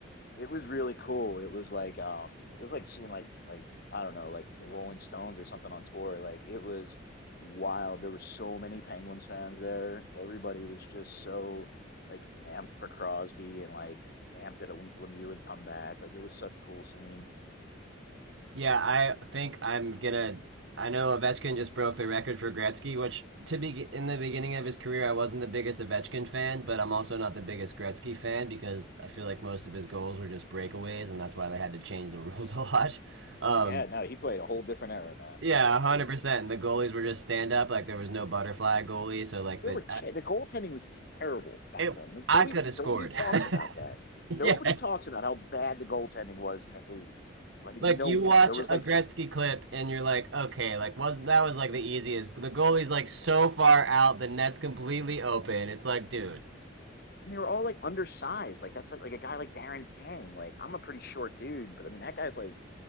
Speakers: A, on the left (about 50°); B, on the right (about 70°).
A: it was really cool. It was like um it was like seeing like like I don't know, like the Rolling Stones or something on tour. Like it was wild. There were so many Penguins fans there. Everybody was just so like amped for Crosby and like amped that Lem- Lemieux would come back. Like it was such a cool scene.
B: Yeah, I think I'm gonna. I know Ovechkin just broke the record for Gretzky, which to be in the beginning of his career, I wasn't the biggest Ovechkin fan, but I'm also not the biggest Gretzky fan because I feel like most of his goals were just breakaways, and that's why they had to change the rules <laughs> a lot. Um,
A: Yeah, no, he played a whole different era, man.
B: Yeah,
A: Yeah, for
B: 100%.
A: sure.
B: And the goalies were just stand up. Like there was no butterfly goalie. So like
A: There
B: the
A: were te
B: I,
A: the goaltending was terrible back
B: it,
A: then.
B: I
A: Nobody
B: could have
A: nobody
B: scored.
A: talks
B: <laughs>
A: about that. Nobody
B: Yeah.
A: talks about how bad the goaltending was in the 80s. Like
B: Like
A: no
B: you
A: one.
B: watch
A: There was
B: a
A: like
B: Gretzky clip and you're like, okay, like was that was like the easiest. The goalie's like so far out, the net's completely open. It's like, dude,
A: And they were all like undersized. Like that's like like a guy like Darren Pang. Like I'm a pretty short dude, but I mean that guy's like